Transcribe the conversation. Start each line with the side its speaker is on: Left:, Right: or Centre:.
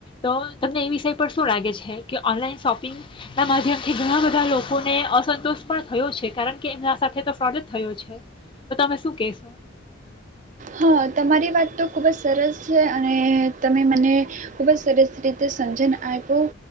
Left: તો તમને એ વિષય પર શું લાગે છે કે ઓનલાઈન શોપિંગ ના માધ્યમથી ઘણા બધા લોકોને અસંતોષ પણ થયો છે કારણ કે એમના સાથે તો ફ્રોડ જ થયો છે તો તમે શું કેહેશો.
Right: હા તમારી વાત તો ખૂબ જ સરસ છે અને તમે મને ખૂબ જ સરસ રીતે સમજન આપો